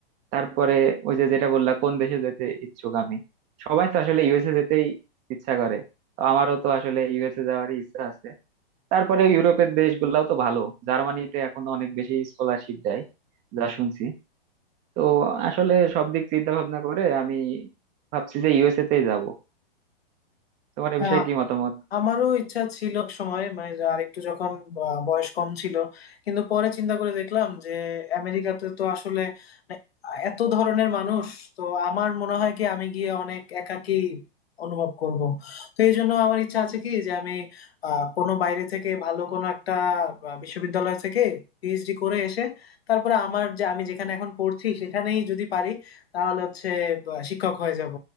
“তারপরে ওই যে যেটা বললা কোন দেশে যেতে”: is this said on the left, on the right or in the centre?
Right